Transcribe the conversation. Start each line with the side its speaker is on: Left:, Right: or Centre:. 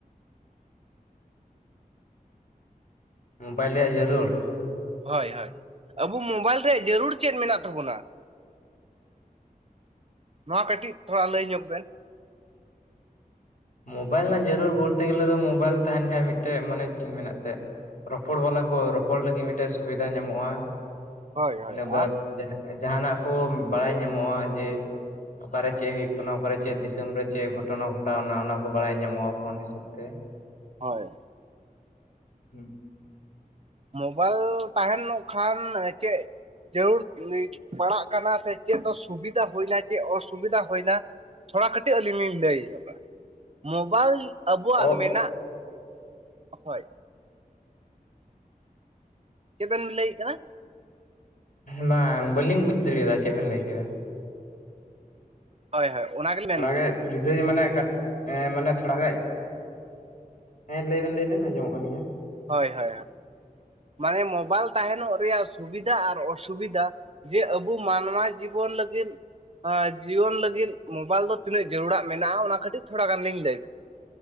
Left: ᱢᱳᱵᱟᱭᱤᱞ ᱨᱮᱭᱟᱜ ᱡᱟᱹᱨᱩᱲ?
Right: ᱦᱳᱭ ᱦᱳᱭ, ᱟᱵᱩ ᱢᱳᱵᱟᱭᱤᱞ ᱨᱮᱭᱟᱜ ᱡᱟᱹᱨᱩᱲ ᱪᱮᱫ ᱢᱮᱱᱟᱜ ᱛᱟᱵᱚᱱᱼᱟ? ᱱᱚᱣᱟ ᱠᱟᱹᱴᱤᱡ ᱛᱷᱚᱲᱟ ᱞᱟᱹᱭ ᱧᱚᱜ ᱵᱮᱱ᱾
Left: ᱢᱳᱵᱟᱭᱤᱞ ᱨᱮᱱᱟᱜ ᱡᱟᱹᱨᱩᱲ ᱵᱚᱞᱛᱮ ᱜᱮᱞᱮ ᱫᱚ ᱢᱳᱵᱟᱭᱤᱞ ᱛᱟᱦᱮᱸᱱ ᱠᱷᱟᱱᱡ ᱢᱤᱫᱴᱮᱡ ᱢᱟᱱᱮ ᱪᱮᱫᱤᱧ ᱢᱮᱱᱮᱫ ᱛᱟᱦᱮᱸᱫ, ᱨᱚᱯᱚᱲ ᱵᱟᱞᱟ ᱠᱚ ᱨᱚᱯᱚᱲ ᱞᱟᱹᱜᱤᱫ ᱢᱤᱫᱴᱮᱡ ᱥᱩᱵᱤᱫᱟ ᱧᱟᱢᱚᱜᱼᱟ,
Right: ᱦᱳᱭ ᱦᱳᱭ
Left: ᱤᱱᱟᱹ ᱵᱟᱫ
Right: ᱟᱨ
Left: ᱡᱟᱦᱟᱸᱜ ᱡᱟᱦᱟᱸᱱᱟᱜ ᱠᱩ ᱵᱟᱲᱟᱭ ᱧᱟᱢᱚᱜᱼᱟ ᱡᱮ ᱚᱠᱟᱨᱮ ᱪᱮᱜ ᱦᱳᱭᱳᱜ ᱠᱟᱱᱟ ᱚᱠᱟᱨᱮ ᱪᱮᱫ ᱫᱤᱥᱟᱹᱢ ᱨᱮ ᱪᱮᱫ ᱜᱷᱚᱴᱚᱱᱟ ᱜᱷᱚᱴᱟᱣᱱᱟ ᱚᱱᱟ ᱠᱚ ᱵᱟᱲᱟᱭ ᱧᱟᱢᱚᱜᱼᱟ ᱯᱷᱳᱱ ᱦᱤᱥᱟᱹᱵ ᱛᱮ᱾
Right: ᱦᱳᱭ᱾
Left: ᱦᱩᱸ᱾
Right: ᱢᱳᱵᱟᱭᱤᱞ ᱛᱟᱦᱮᱸᱱ ᱠᱷᱟᱱ ᱪᱮᱫ ᱡᱟᱹᱨᱩᱲ ᱯᱟᱲᱟᱜ ᱠᱟᱱᱟ ᱥᱮ ᱪᱮᱫ ᱫᱚ ᱥᱩᱵᱤᱫᱟ ᱦᱩᱭᱱᱟ ᱪᱮᱫ ᱚᱥᱩᱵᱤᱫᱟ ᱦᱩᱭᱱᱟ, ᱛᱷᱚᱲᱟ ᱠᱟᱹᱴᱤᱜ ᱟᱹᱞᱤᱧ ᱞᱤᱧ ᱞᱟᱹᱭ ᱧᱚᱜᱼᱟ, ᱢᱳᱵᱟᱭᱤᱞ ᱟᱵᱩᱣᱟᱜ
Left: ᱚ
Right: ᱢᱮᱱᱟᱜ ᱦᱳᱭ᱾ ᱪᱮᱵᱮᱱ ᱞᱟᱹᱭᱮᱫ ᱠᱟᱱᱟ?
Left: ᱵᱟᱝ ᱵᱟᱹᱞᱤᱧ ᱵᱩᱡ ᱫᱟᱲᱤᱭᱟᱫᱼᱟ ᱪᱮᱫ ᱵᱮᱱ ᱞᱟᱹᱭ ᱠᱮᱫᱟ᱾
Right: ᱦᱳᱭ ᱦᱳᱭ, ᱚᱱᱟ ᱜᱮ ᱞᱤᱧ
Left: ᱛᱷᱚᱲᱟᱜᱮᱡ ᱡᱩᱫᱟᱹ ᱧᱚᱜ ᱢᱟᱱᱮ ᱠᱟᱴ ᱮᱸ ᱢᱟᱱᱮ ᱛᱷᱚᱲᱟ ᱜᱟᱡ ᱦᱮᱸ ᱞᱟᱹᱭ ᱵᱮᱱ ᱞᱟᱹᱭ ᱵᱮᱱ ᱟᱸᱢᱚᱢᱚᱜ ᱠᱟᱱ ᱜᱮᱭᱟ᱾
Right: ᱦᱳᱭ ᱦᱳᱭ ᱢᱟᱱᱮ ᱢᱳᱵᱟᱭᱤᱞ ᱛᱟᱦᱮᱸᱱᱚᱜ ᱨᱮᱭᱟᱜ ᱥᱩᱵᱤᱫᱟ ᱟᱨ ᱚᱼᱥᱩᱵᱤᱫᱟ ᱡᱮ ᱟᱵᱩ ᱢᱟᱱᱣᱼᱟ ᱡᱤᱵᱚᱱ ᱞᱟᱹᱜᱤᱫ ᱟᱸ ᱡᱤᱭᱚᱱ ᱞᱟᱹᱜᱤᱫ ᱢᱳᱵᱟᱭᱤᱞ ᱫᱚ ᱛᱤᱱᱟᱹᱜ ᱡᱟᱹᱨᱩᱲᱟᱜ ᱢᱮᱱᱟᱜᱼᱟ ᱚᱱᱟ ᱠᱷᱟᱹᱴᱤᱡ ᱛᱷᱚᱲ ᱜᱟᱱ ᱞᱤᱧ ᱞᱟᱹᱭᱫᱟ